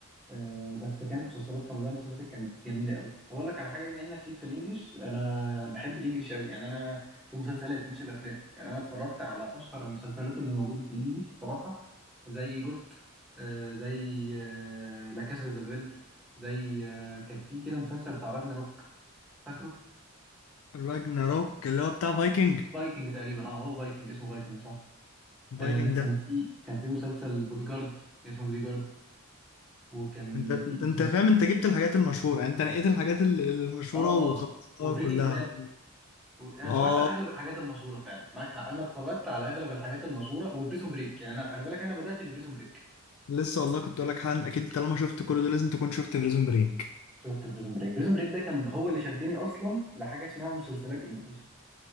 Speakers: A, in the centre; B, on the left.
A: آه بس كانت مسلسلات رمضان اللي فاتت كانت جميله قوي طب اقول لك على حاجه بما انك ليك في الانجليش انا بحب الانجليش قوي يعني انا في مسلسلات مش الافلام يعني انا اتفرجت على اشهر المسلسلات اللي موجوده في الانجليش بصراحه زي جوت آه زي آه لا كاسا دي بابيل زي آه كان في كده مسلسل بتاع راجناروك فاكره
B: راجناروك اللي هو بتاع فايكنج
A: فايكنج تقريبا اه هو فايكنج اسمه فايكنج صح آه
B: فايكنج
A: مم.
B: ده
A: كان في كان في مسلسل بودي جارد اسمه بودي جارد وكان
B: انت انت
A: في
B: انت فاهم انت جبت الحاجات المشهوره يعني انت نقيت الحاجات ال- المشهوره
A: اه
B: وخلصتها
A: اه وبريكنج
B: كلها
A: باد و... يعني
B: اه
A: اتفرجت على اغلب الحاجات المشهوره فعلا معاك حق انا اتفرجت على اغلب الحاجات المشهوره وبريزون بريك يعني انا خلي بالك انا بدات ببريزون بريك
B: لسه والله كنت اقول لك حن اكيد طالما شفت كل ده لازم تكون شفت بريزون بريك
A: شفت بريزون بريك بريزون بريك ده كان هو اللي شدني اصلا لحاجه اسمها مسلسلات انجلش